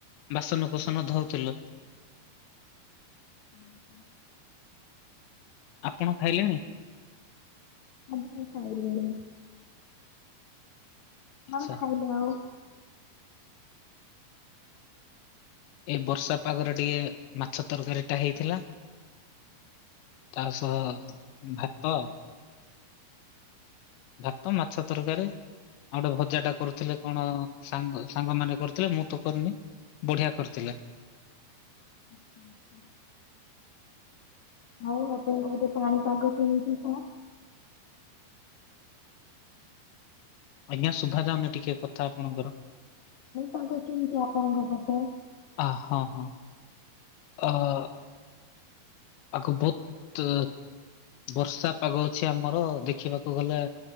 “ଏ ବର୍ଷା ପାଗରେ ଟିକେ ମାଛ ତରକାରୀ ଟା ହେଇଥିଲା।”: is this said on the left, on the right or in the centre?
Left